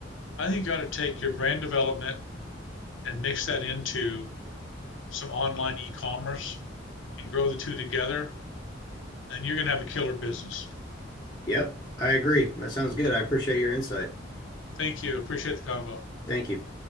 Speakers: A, on the left; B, on the left.
A: I think you ought to take your brand development and mix that into some online e-commerce and grow the two together, and you're gonna have a killer business.
B: Yep, I agree. That sounds good. I appreciate your insight.
A: Thank you. Appreciate the convo.
B: Thank you.